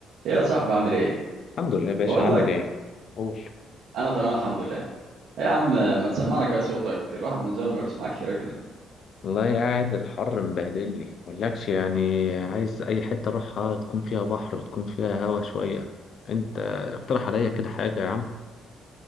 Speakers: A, on the right; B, on the left.
A: ايه يا صاحبي عامل ايه؟
B: الحمد لله يا باشا
A: بقول
B: عامل
A: لك
B: ايه؟ قول
A: انا تمام الحمد لله. ايه يا عم ما تسمعنا كده صوتك الواحد من زمان ما بيسمعك كده كده.
B: والله قاعد الحر مبهدلني مقولكش يعني عايز اي حتة اروحها تكون فيها بحر تكون فيها هوا شوية انت اقترح عليا كده حاجة يا عم